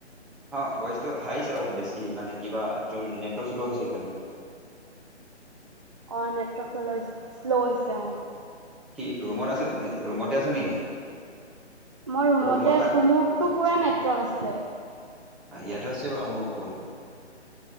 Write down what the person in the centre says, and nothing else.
অ ভইচটো হাইছে অলপ বেছি মানে কিবা তোৰ নেটটো শ্ল' হৈছে সেইকাৰণে
কি ৰুমত আছে ৰুমতে আছে নে
ৰুমত
বা
আচ্ছা
ইয়াতো আছে বাৰু মোৰ ফুল